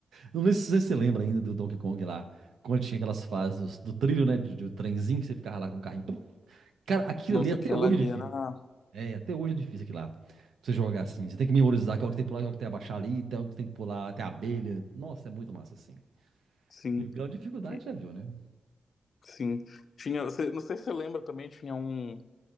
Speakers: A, on the right; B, on the left.
A: Não sei se você lembra ainda do Donkey Kong lá, quando tinha aquelas fases dos- do, trilho, né, de- do trenzinho que você ficava lá com o carrinho. Cara, aquilo
B: Nossa,
A: ali até
B: aquela
A: hoje
B: ali
A: é difícil.
B: era.
A: É, até hoje é difícil aquilo lá. Pra você jogar assim, você tem que memorizar que hora que tem que pular, que hora que tem que abaixar ali, tem hora que tem que pular até a abelha. Nossa, é muito massa assim.
B: Sim,
A: E o grau de dificuldade
B: e-
A: já viu, né?
B: sim. Tinha, você- não sei se você lembra também, tinha um.